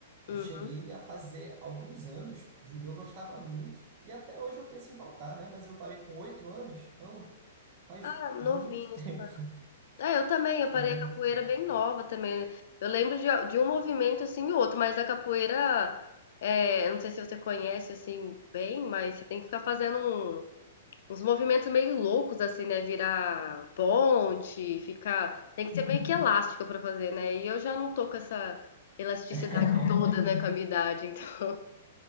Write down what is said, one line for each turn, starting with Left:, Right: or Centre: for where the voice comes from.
Right: Eu
Left: Uhum.
Right: cheguei a fazer alguns anos, judô eu gostava muito, e até hoje eu penso em voltar, né? Mas eu parei com oito anos, então faz
Left: Ah, novinho,
Right: muito tempo. <laughs>
Left: Ah, eu também, eu parei
Right: Valeu
Left: a capoeira
Right: muito tempo.
Left: bem nova também. Eu lembro de, de um movimento assim e outro, mas a capoeira, é, eu não sei se você conhece assim bem, mas você tem que ficar fazendo um- uns movimentos meio loucos assim, né? Virar ponte, ficar. Tem que ser meio que elástico pra fazer, né? E eu já não tô com essa elasticidade
Right: <laughs>
Left: toda, né, com a minha idade, então. <laughs>